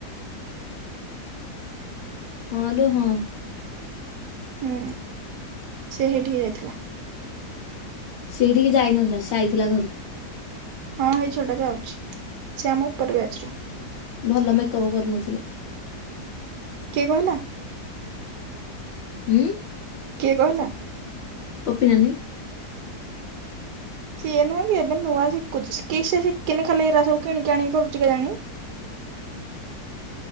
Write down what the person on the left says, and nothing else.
ହଁ ଲୋ ହଁ।
ସେ ହେଇଠିକେ ଯାଇ ନଥିଲା ସେ ଆଇଥିଲା ଘରକୁ।
ଭଲ ମେକଅପ୍ କରୁନଥିଲା।
ହୁଁ।
ତପୀନାନୀ।